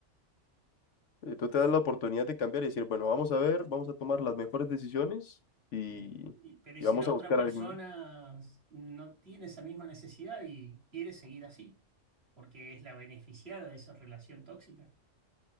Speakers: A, on the left; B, on the right.
A: Eh, Tú te das la oportunidad de cambiar y decir, bueno, vamos a ver, vamos a tomar las mejores decisiones y,
B: Eh, y- pero ¿y
A: y
B: si
A: vamos
B: la
A: a
B: otra
A: buscar
B: persona
A: algún.
B: s- no tiene esa misma necesidad y quiere seguir así? Porque es la beneficiada de esa relación tóxica.